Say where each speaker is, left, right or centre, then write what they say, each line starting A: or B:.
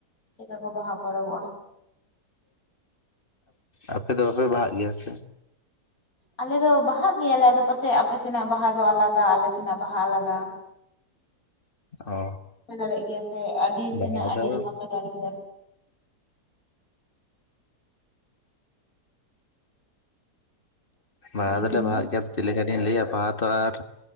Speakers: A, on the left (about 60°); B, on the left (about 35°).
A: ᱪᱮᱫᱠᱟ ᱠᱚ ᱵᱟᱦᱟ ᱯᱚᱨᱚᱵᱚᱜᱼᱟ
B: ᱟᱯᱮ ᱫᱚ ᱵᱟᱯᱮ ᱵᱟᱦᱟᱜ ᱜᱮᱭᱟ ᱥᱮ
A: ᱟᱞᱮ ᱫᱚ ᱵᱟᱦᱟᱜ ᱜᱮᱭᱟᱞᱮ ᱟᱫᱚ ᱯᱟᱥᱮᱡ ᱟᱯᱮ ᱥᱮᱱᱟᱜ ᱵᱟᱦᱟ ᱫᱚ ᱟᱞᱟᱫᱟ ᱟᱞᱮ ᱥᱮᱱᱟᱜ ᱵᱟᱦᱟ ᱟᱞᱟᱫᱟ
B: ᱚ
A: ᱦᱳᱭ ᱫᱟᱲᱮᱭᱟᱜ ᱜᱮᱭᱟ ᱥᱮ ᱟᱹᱰᱤ ᱥᱮᱱᱟᱜ
B: ᱵᱟᱦᱟ
A: ᱟᱹᱰᱤ
B: ᱫᱚ
A: ᱨᱚᱠᱚᱢ ᱵᱷᱮᱜᱟᱨ ᱵᱷᱮᱜᱟᱨ
B: ᱵᱟᱦᱟ
A: ᱞᱟᱹᱭ
B: ᱫᱚᱞᱮ
A: ᱵᱤᱱ ᱢᱟ
B: ᱵᱟᱦᱟᱜ ᱜᱮᱭᱟ ᱪᱮᱫ ᱞᱮᱠᱟᱛᱤᱧ ᱞᱟᱹᱭᱟ ᱵᱟᱦᱟ ᱛᱚ ᱟᱨ